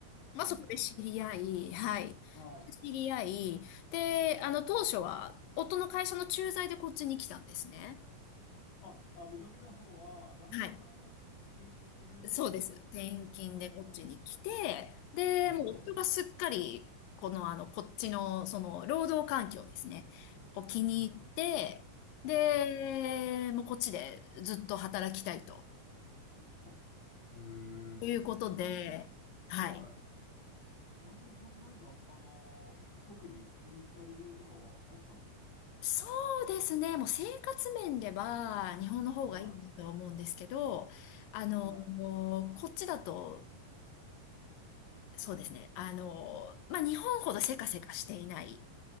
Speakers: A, on the left (about 80°); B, on the left (about 65°).
A: まあ、
B: あ。
A: そこで知り合い、
B: あ、そうなんですか。
A: はい。
B: はい。
A: 知り合い、で、あの、
B: うん
A: 当初は、夫の会社の駐在でこっちに来たんですね。
B: あ、あ、ぶどみの方は、旦那さんのす転勤でっていうことなんです。
A: はい。そうです。転勤でこっちに来て、
B: あ
A: で、
B: あ、はい。
A: もう夫がすっかり、この、あの、こっちの、その、労働環境ですね、を気に入って、
B: うんうん。
A: で、
B: はい。
A: もうこっちでずっと働きたいと、
B: あ、へえ。
A: ということで、
B: 旦那、
A: はい。
B: はい。旦那さん何か、あのー特に気に入った理由とかはあったんですか
A: そうですね。もう生活面では日本の方がいいなとは思うんですけど、
B: は
A: あの、
B: い。はい。
A: こっちだと、そうですね。あの、まあ、日本ほどせかせかしていない。